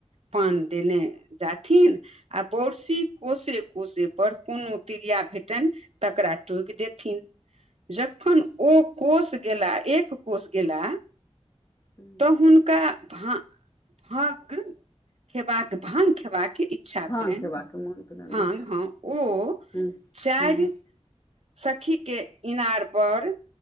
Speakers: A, on the right (about 65°); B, on the left (about 30°).
A: पान देने जाथिन। आ बोरसी कोसे कोसे पर कोनो क्रिया भेटनि तकरा टोकि देत। थिन जखन ओ कोस गेला एक कोष गेला
B: हुँ
A: तऽ हुनका भ भक खेबाक भा्ग खेबाक। इचछा
B: भाँग
A: भेलनि
B: खेबाक मोन भेलनि
A: भांग
B: अछि
A: ह ओ
B: हुँ
A: चारि
B: हुँ
A: सखीके इनारपर